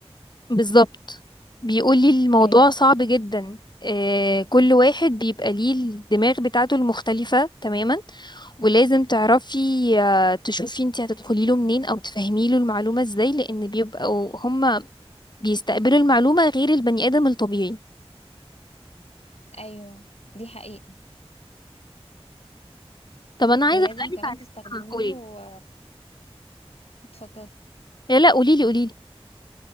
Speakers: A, on the left; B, on the left.
A: بالظبط بيقولي الموضوع
B: ايوه
A: صعب جدا آه، كل واحد بيبقى ليه الدماغ بتاعته المختلفة تماما ولازم تعرفي آه، تشوفي انت هتدخلي له منين او تفهمي له المعلومة ازاي لان بيبقوا هما بيستقبلوا المعلومة غير البني ادم الطبيعي
B: ايوه دي حقيقة
A: طب انا عايزة
B: ولازم
A: اسألك
B: كمان
A: على
B: تستخدمي
A: حاجة آه، قولي
B: له اتفضلي
A: لا لا قوليلي قوليلي